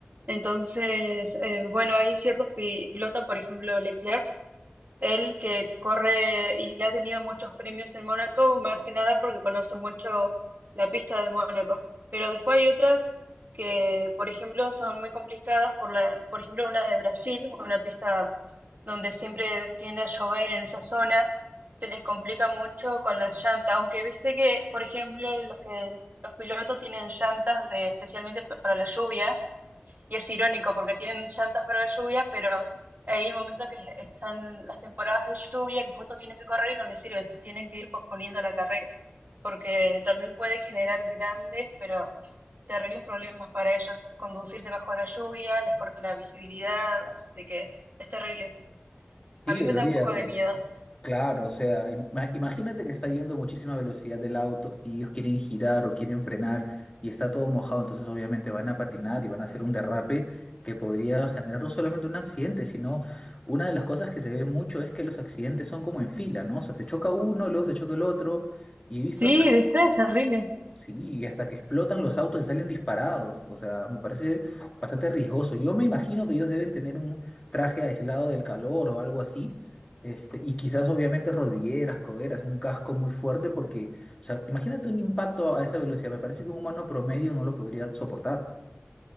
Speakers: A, on the right; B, on the left.
A: Entonces, eh, bueno, hay ciertos pi- pilotos, por ejemplo, Leclerc, Él que corre y ha tenido muchos premios en Mónaco, más que nada porque conoce mucho la pista de Mónaco. Pero después hay otras que, por ejemplo, son muy complicadas por la, por ejemplo, una de Brasil, una pista donde siempre tiende a llover en esa zona, se les complica mucho con las llantas, aunque viste que, por ejemplo, los que los pilotos tienen llantas de especialmente pa- para la lluvia y es irónico porque tienen llantas para la lluvia, pero hay un momento que están las temporadas de lluvia que justo tienen que correr y no les sirve, tienen que ir posponiendo la carrera, porque también puede generar grandes, pero terribles problemas para ellos. Conducir debajo de la lluvia les corta la visibilidad, así que es terrible.
B: Sí,
A: A mí me
B: olvídate.
A: da un poco de miedo.
B: Claro, o sea, ima- imagínate que está yendo a muchísima velocidad del auto y ellos quieren girar o quieren frenar y está todo mojado, entonces obviamente van a patinar y van a hacer un derrape que podría generar no solamente un accidente, sino una de las cosas que se ve mucho es que los accidentes son como en fila, ¿no? O sea, se choca uno, luego se choca el otro y he visto
A: Sí,
B: hasta...
A: viste, es terrible.
B: Sí, y hasta que explotan los autos y salen disparados. O sea, me parece bastante riesgoso. Yo me imagino que ellos deben tener un traje aislado del calor o algo así. Este, y quizás obviamente rodilleras, coderas, un casco muy fuerte porque, o sea, imagínate un impacto a esa velocidad. Me parece que un humano promedio no lo podría soportar.